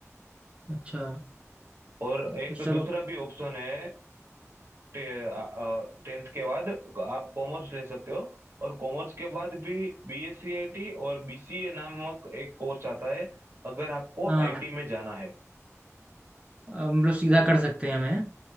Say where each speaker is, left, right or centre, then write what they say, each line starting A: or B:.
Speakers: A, on the right; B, on the right.
A: अच्छा
B: और एक
A: तो चलो
B: दूसरा भी ऑप्शन है टेंथ के बाद आप कॉमर्स ले सकते हो और कॉमर्स के बाद भी बीएससी आईटी और बीसीए नामक एक कोर्स आता है अगर आपको
A: हाँ
B: आईटी में जाना है
A: अब हम लोग सीधा कर सकते हैं मैं